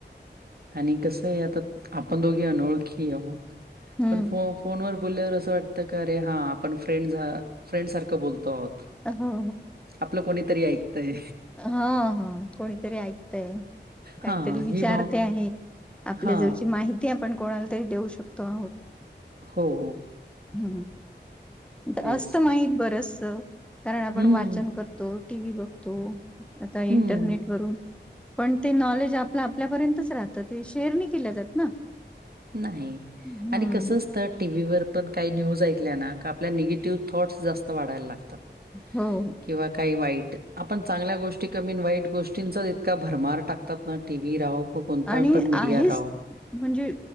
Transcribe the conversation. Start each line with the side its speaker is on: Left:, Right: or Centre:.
Right: आणि कस आहे आता आपण दोघी अनोळखी आहोत
Centre: हं.
Right: पण फो फोनवर बोलल्यावर असं वाटतं क अरे हा आपण फ्रेंड झा फ्रेंड सारखं बोलतो आहोत
Centre: हो,
Right: आपलं कोणीतरी ऐकतय
Centre: हा, हा कोणीतरी ऐकतय काहीतरी
Right: हा
Centre: विचारते
Right: ही भाव
Centre: आहे आपल्या
Right: हा
Centre: जेवची माहिती आपण कोणाला तरी देऊ शकतो आहोत
Right: हो, हो
Centre: ह, ह
Right: तेच
Centre: असत माहित बरंचस कारण आपण
Right: हम्म
Centre: वाचन करत तो टी व्ही बघतो आता
Right: हम्म
Centre: इंटरनेट वरून पण ते नॉलेज आपलं आपल्यापर्यंतच राहतं ते शेअर नाही केल जात ना
Right: नाही
Centre: हम्म.
Right: आणि कस असत टी व्ही वर पण काही न्यूज ऐकल्या आपल्या निगेटिव्ह थॉट्स जास्त वाढायला लागतात
Centre: हो
Right: किंवा काही वाईट आपण चांगल्या गोष्टी कमीन वाईट गोष्टींचा इतका भरमार टाकतात ना टी व्ही राव त कोणता
Centre: आणि
Right: पण मीडिया
Centre: आहेच
Right: राव
Centre: म्हणजे